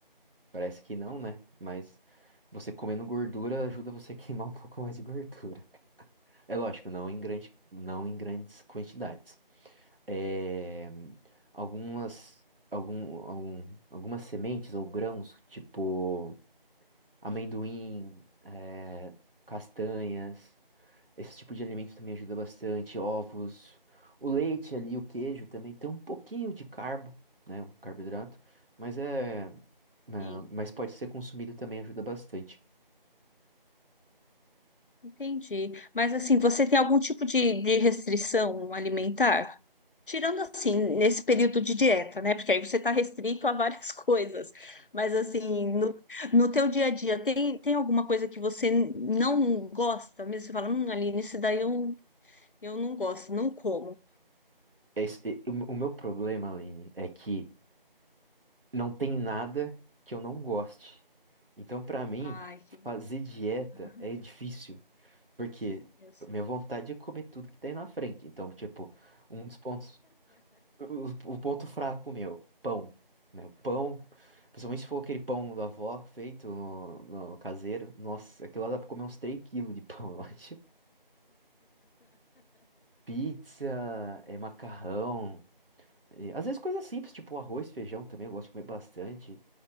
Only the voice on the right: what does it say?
Parece que não, né? Mas você comendo gordura ajuda você a queimar um <laughs> pouco mais de gordura. É lógico, não em grande, não em grandes quantidades. É, algumas, algum, algum- algumas sementes ou grãos, tipo amendoim, é, castanhas, esse tipo de alimento também ajuda bastante, ovos, o leite ali, o queijo também tem um pouquinho de carbo, né? Um carboidrato, mas é, né,
mas pode ser consumido também ajuda bastante.
Esse- o o meu problema, Aline, é que não tem nada que eu não goste. Então, pra mim,
fazer
dieta
é difícil, porque
minha vontade é comer tudo que tem na frente. Então, tipo, um dos pontos, o, o ponto fraco meu, pão, né? O pão, principalmente se for aquele pão da avó feito no, no caseiro, nossa, aquilo lá dá pra comer uns 3 quilos de pão, <laughs> eu acho. Pizza, é, macarrão, E, às vezes coisas simples, tipo arroz, feijão também, eu gosto de comer bastante.